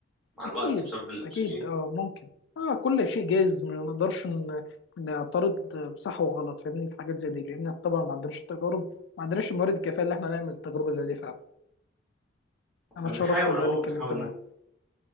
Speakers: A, in the centre; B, on the left (about 65°).
A: مع
B: أكيد
A: الوقت بسبب الأكسجين
B: أكيد أه ممكن أه كل شيء جايز ما نقدرش ن- نعترض بصح وغلط فاهمني في حاجات زي دي لأن طبعا ما عندناش التجارب ما عندناش الموارد الكافية اللي احنا نعمل تجربة زي دي فعلا أنا
A: احنا
B: اتشرفت
A: بنحاول
B: والله
A: أهو
B: إني اتكلمت
A: بنحاول
B: معاك
A: ن-